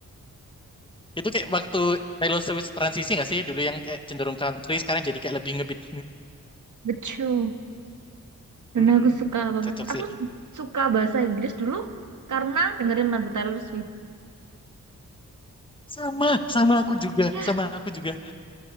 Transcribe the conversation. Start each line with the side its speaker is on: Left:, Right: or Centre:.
Left: Itu kayak waktu Taylor Swift transisi nggak sih dulu yang kayak cenderung country sekarang jadi kayak lebih ngebeat.
Right: Betul. Dan
Left: Hmm,
Right: aku suka banget.
Left: Cocok sih.
Right: Aku suka bahasa Inggris dulu karena dengerin lagu Taylor Swift.
Left: Sama, sama aku juga,
Right: Ya,
Left: sama aku juga.